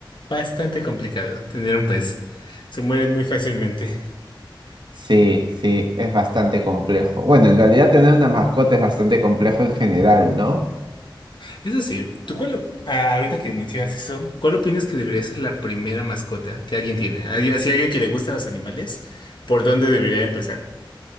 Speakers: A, on the left; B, on the right.
A: bastante complicado tener un pez. Se mueren muy fácilmente.
B: Sí, sí, es bastante complejo. Bueno, en realidad tener una mascota es bastante complejo en general, ¿no?
A: Eso sí, ¿tú cuál, op- ah, ahorita que mencionas eso, cuál opinas que debería ser la primera mascota que alguien tiene? Alguien- Si alguien que le gustan los animales, ¿por dónde debería empezar?